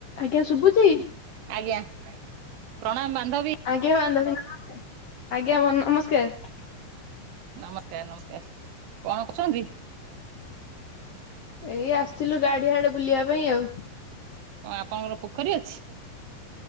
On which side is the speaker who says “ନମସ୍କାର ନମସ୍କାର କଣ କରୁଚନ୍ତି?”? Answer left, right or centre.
Right